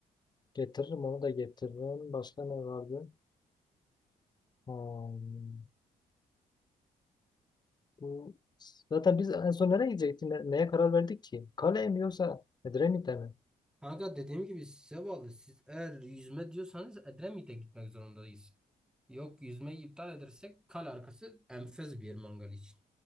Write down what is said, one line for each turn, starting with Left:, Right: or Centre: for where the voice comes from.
Left: getiririm onu da getiririm. Başka ne vardı? Hmm. Bu zaten biz en son nereye gidecektik? Ne- Neye karar verdik ki? Kale mi yoksa Edremit'e mi?
Centre: Kanka dediğim gibi size bağlı. Siz eğer yüzme diyorsanız Edremit'e gitmek zorundayız. Yok yüzmeyi iptal edersek kale arkası enfes bir yer mangal için.